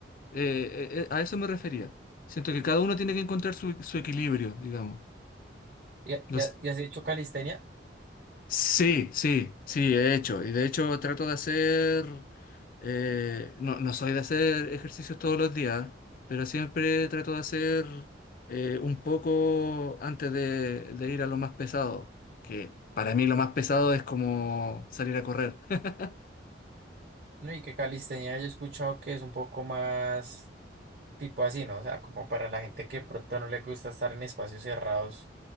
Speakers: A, on the left; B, on the right.
A: Eh, eh, eh, a eso me refería. Siento que cada uno tiene que encontrar su, su equilibrio, digamos.
B: ¿Y, ha-
A: No
B: y
A: s-
B: ha- y has hecho calistenia?
A: sí, sí, sí, he hecho. Y de hecho trato de hacer, eh, no, no soy de hacer ejercicios todos los días, pero siempre trato de hacer eh, un poco antes de, de ir a lo más pesado, que para mí lo más pesado es como salir a correr. <laughs>
B: No, y que calistenia yo he escuchado que es un poco más tipo así, ¿no? O sea, como para la gente que pronto no le gusta estar en espacios cerrados,